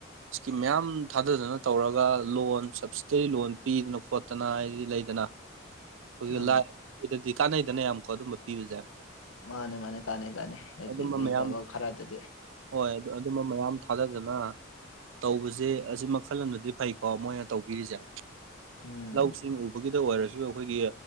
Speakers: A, on the right; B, on the left.
A: ꯏꯁꯀꯤꯝ ꯃꯌꯥꯝ ꯊꯥꯗꯗꯅ ꯇꯧꯔꯒ ꯂꯣꯟ ꯁꯕꯁꯤꯗꯔꯤ ꯂꯣꯟ ꯄꯤꯗꯅ ꯈꯣꯠꯇꯅ ꯍꯥꯏꯗꯤ ꯂꯩꯗꯅ ꯑꯩꯈꯣꯏꯒꯤ
B: ꯑꯥ
A: ꯂꯥꯏꯗꯗꯤ ꯀꯥꯟꯅꯩꯗꯅ ꯌꯥꯝꯀꯣ ꯑꯗꯨꯝꯕ ꯄꯤꯕꯁꯦ
B: ꯃꯥꯅꯦ ꯃꯥꯅꯦ ꯀꯥꯟꯅ ꯀꯥꯟꯅ ꯍꯥꯏꯗꯤ
A: ꯑꯗꯨꯝꯕ
B: ꯂꯩꯇꯕ
A: ꯃꯌꯥꯝ
B: ꯈꯔꯗꯗꯤ
A: ꯍꯣꯏ ꯑꯗꯨ ꯑꯗꯨꯝꯕ ꯃꯌꯥꯝ ꯊꯥꯗꯗꯅ ꯇꯧꯕꯁꯦ ꯑꯁꯤ ꯃꯈꯜ ꯑꯃꯗꯗꯤ ꯐꯩꯀꯣ ꯃꯣꯏꯅ ꯇꯧꯕꯤꯔꯤꯁꯦ
B: ꯎꯝ
A: ꯂꯧꯁꯤꯡ ꯎꯕꯒꯤꯗ ꯑꯣꯏꯔ ꯑꯩꯈꯣꯏꯒꯤ